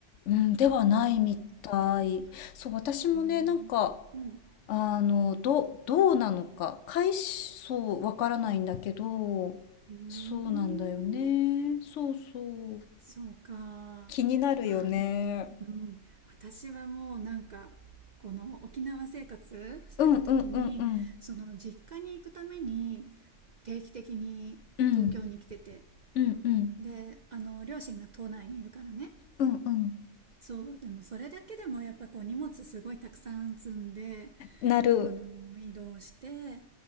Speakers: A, on the left; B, on the right.
A: うん、ではないみたい。
B: 行ってるんだ
A: そう、私もね、
B: うーんうん
A: なんか、あの、ど、どうなのか、回しそう、わからないんだけど、
B: うーん
A: そうなんだよね。そうそう。
B: そうかまあ
A: 気になるよね。
B: うん、私はもうなんかこの沖縄生活してた時にその実家に行くために
A: うんうんうんうん。
B: 定期的に東京に来てて
A: うん。うんうん
B: であの両親が島内にいるからね
A: うんう
B: そうでもそれだけでもやっぱこう荷物すごいたくさん積んで
A: ん。なる。
B: あの移動して